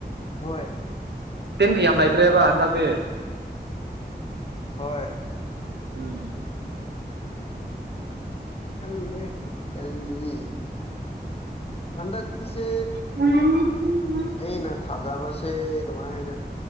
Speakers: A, on the left; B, on the right.
A: ꯍꯣꯏ
B: ꯇꯤꯟꯕꯤ ꯌꯥꯝ ꯂꯩꯇ꯭ꯔꯦꯕ ꯍꯟꯗꯛꯇꯛꯇꯤ
A: ꯍꯣꯏ
B: ꯎꯝ
A: ꯈꯪꯗꯦ ꯀꯔꯤꯅꯤꯒꯤ ꯍꯟꯗꯛ ꯀꯤꯁꯦ
B: ꯍꯨꯝ
A: ꯑꯩꯅ ꯊꯥꯖꯥꯕꯁꯦ ꯀꯃꯥꯏ ꯍꯥꯏꯗꯣꯏꯅꯣ